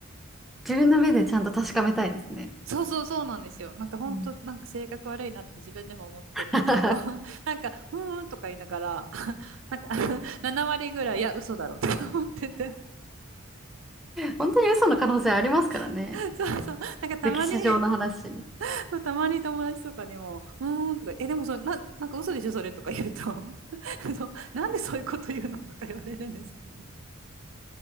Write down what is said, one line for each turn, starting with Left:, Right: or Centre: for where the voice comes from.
Centre: 自分の目でちゃんと確かめたいですね。
Right: そうそうそうなんですよ。なんか本当、
Centre: うん
Right: なんか性格悪いなって自分でも思ってるんですけど、
Centre: <laughs>
Right: <laughs> なんか、うーんとか言いながら、<laughs> なんか <laughs> 7割ぐらい、いや、嘘だろうとか思ってて、
Centre: 本当に嘘の可能性ありますからね。
Right: <laughs> そうそう、なんかたまに
Centre: 歴史上の話。
Right: <laughs> そう、たまに友達とかにも、うーんとか、え、でもそれ、な、なんか嘘でしょ、それとか言うと、<laughs> そう、なんでそういうこと言うのとか言われるんですけど、<laughs>